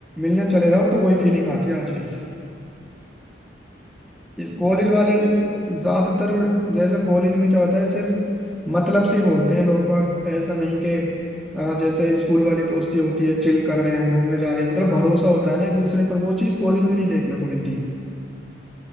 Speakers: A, in the centre; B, on the right (about 30°).
A: मिलने चले जाओ तो वही फीलिंग आती है आज भी इस
B: ये
A: कॉलेज
B: बात
A: वाले
B: तो सही है भाई
A: ज्यादातर जैसे कॉलेज में क्या होता है सिर्फ मतलब से ही बोलते हैं लोग बाग ऐसा नहीं कि अ, जैसे स्कूल वाली दोस्ती होती है चिल कर रहे हैं घूमने जा रहे हैं मतलब भरोसा होता है ना एक दूसरे पर वो चीज कॉलेज में नहीं देखने को मिलती